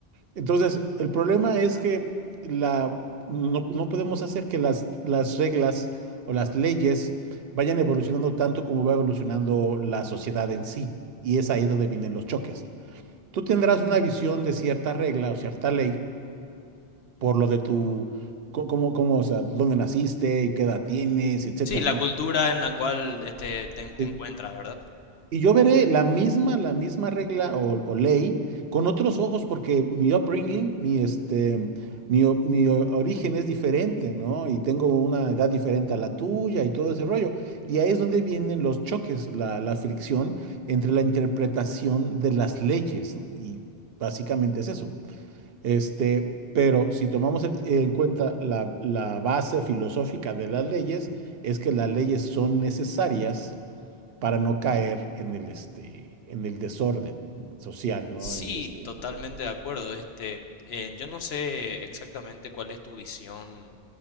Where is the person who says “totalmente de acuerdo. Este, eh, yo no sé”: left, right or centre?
Left